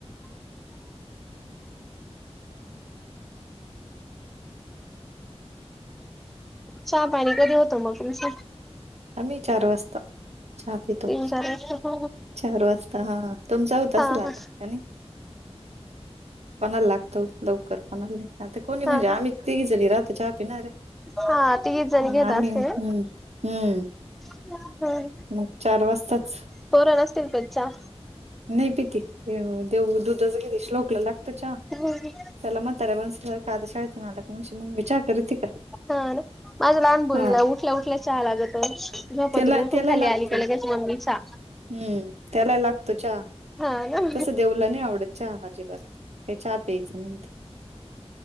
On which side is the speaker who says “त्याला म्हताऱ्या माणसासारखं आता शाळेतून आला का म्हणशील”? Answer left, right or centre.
Right